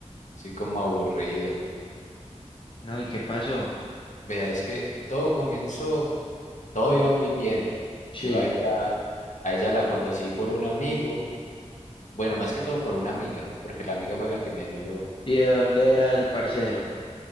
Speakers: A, on the left; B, on the left.
A: estoy como aburrido.
B: No, ¿y qué pasó?
A: Vea, es que todo comenzó, todo iba muy bien.
B: Sí.
A: Yo a ella, a ella la conocí por un amigo, bueno, más que todo por una amiga, porque la amiga fue la que me ayudó.
B: ¿Y de dónde era el parcero?